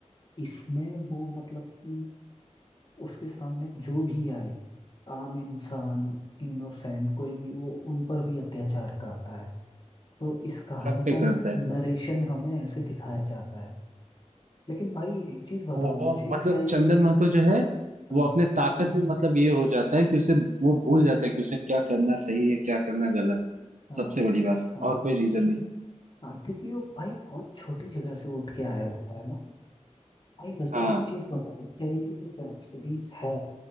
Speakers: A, on the left; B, on the right.
A: इसमें वो मतलब कि उसके सामने जो भी आए आम इंसान इनोसेंट कोई भी वो उन पर भी अत्याचार करता है तो इस कहानी
B: सब पे
A: का नरेशन
B: करता है
A: हमें ऐसे दिखाया जाता है लेकिन भाई एक चीज बताओ
B: वो
A: मुझे
B: मतलब
A: क्या ये
B: चंदन महतो जो है
A: हाँ
B: वो अपने ताकत में मतलब ये हो जाता है कि उसे वो भूल जाता है कि उसे क्या करना सही है क्या करना गलत
A: हाँ
B: सबसे बड़ी बात
A: हाँ
B: और कोई रीजन नहीं
A: हाँ क्योंकि वो भाई बहुत छोटी जगह से उठ के आया होता है ना भाई वैसे
B: हाँ
A: एक चीज बताओ क्या ये जो वेब सीरीज है